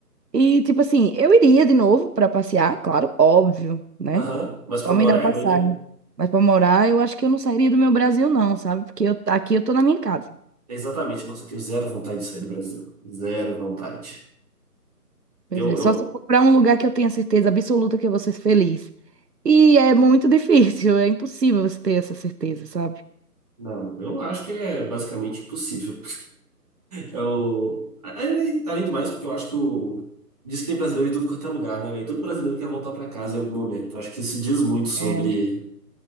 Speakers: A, on the right; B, on the right.
A: E tipo assim, eu iria de novo para passear, claro, óbvio, né?
B: Aham, mas para
A: Só
B: morar
A: me dá passagem.
B: é ruim, né?
A: Mas para morar, eu acho que eu não sairia do meu Brasil, não, sabe? Porque eu, aqui eu tô na minha casa.
B: Exatamente. Nossa, eu tenho zero vontade de sair do Brasil. Zero vontade. Eu,
A: Pois é, só
B: eu,
A: se for para um lugar que eu tenha certeza absoluta que eu vou ser feliz. E é muito <laughs> difícil, é impossível você ter essa certeza, sabe?
B: não, eu acho que é basicamente impossível. Eu, além além do mais, porque eu acho que o. Diz que tem brasileiro em tudo quanto é lugar, né? E todo brasileiro quer voltar para casa em algum momento. Eu acho que isso diz muito sobre
A: É,